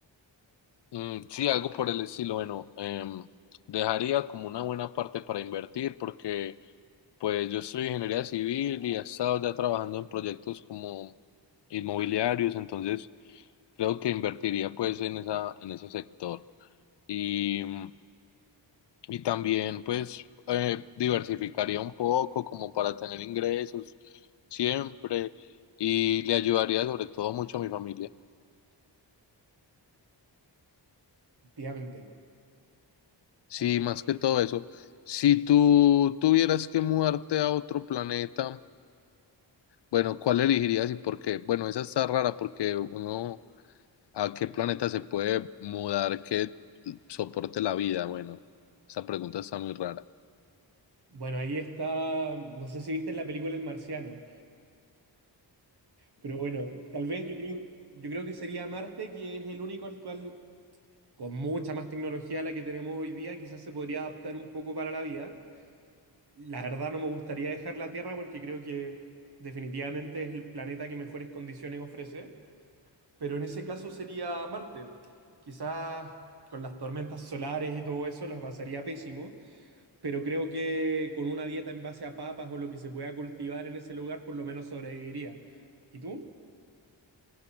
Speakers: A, on the left (about 65°); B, on the right (about 60°).
A: Mm, sí, algo por el estilo. Bueno, em, dejaría como una buena parte para invertir porque pues yo soy ingeniería civil y he estado ya trabajando en proyectos como inmobiliarios, entonces creo que invertiría pues en esa, en ese sector. Y mm, Y también, pues, eh, diversificaría un poco como para tener ingresos siempre y le ayudaría sobre todo mucho a mi familia.
B: Efectivamente.
A: Sí,
B: Hay que-
A: más que todo eso. Si tú tuvieras que mudarte a otro planeta, bueno, ¿cuál elegirías y por qué? Bueno, esa está rara porque uno, ¿a qué planeta se puede mudar que soporte la vida? Bueno, esa pregunta está muy rara.
B: Bueno, ahí está, no sé si viste la película El Marciano, pero bueno, tal vez yo creo, yo creo que sería Marte, que es el único al cual, con mucha más tecnología a la que tenemos hoy día, quizás se podría adaptar un poco para la vida. La verdad no me gustaría dejar la Tierra porque creo que definitivamente es el planeta que mejores condiciones ofrece, pero en ese caso sería Marte. Quizás con las tormentas solares y todo eso las pasaría pésimo. pero creo que con una dieta en base a papas o lo que se pueda cultivar en ese lugar, por lo menos sobreviviría. ¿Y tú?